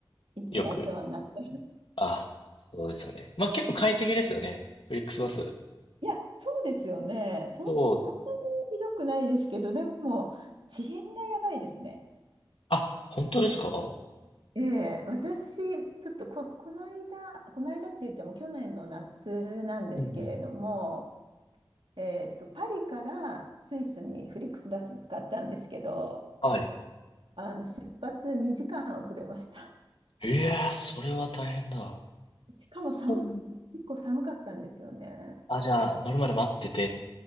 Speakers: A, on the right (about 85°); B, on the left (about 75°).
A: いつもお世話になってます。
B: よく、あ、そうですよね。まあ結構快適ですよね。フリックスバス。
A: いや、そうですよね。そん、
B: そう、
A: そんなにひどくないですけど、でも、遅延がやばいですね。
B: あ、本当ですか
A: ええ、私、ちょっとこ、この間、この間って言っても去年の夏なんですけれども、
B: うんうん。
A: えっと、パリからスイスにフリックスバス使ったんですけど、
B: はい。
A: あの、出発2時間遅れました。
B: いやー、それは大変だ。
A: <laughs> しかも寒く、
B: そう。
A: 結構寒かったんですよね。
B: あ、じゃあ、乗るまで待ってて。